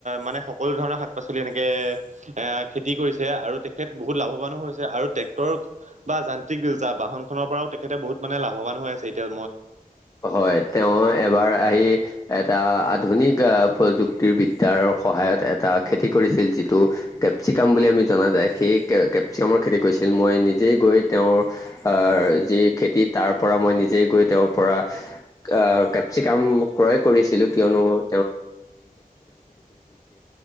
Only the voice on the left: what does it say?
হয় তেওঁ এবাৰ আহি, এটা আধুনিক আহ প্ৰযুক্তি শক্তিবিদ্যাৰ সহায়ত এটা খেতি কৰিছিল যিটো, কেপচিকাম বুলি আমি জনা যায়। সেই কে কেপচিকামৰ খেতি কৰিছিল, মই নিজেই গৈ তেওঁৰ অহ, যি খেতি তি‌ তাৰপৰা মই নিজে গৈ তেওঁৰ পৰা আহ, কেপচিকাম ক্ৰয় কৰিছিলো কিয়নো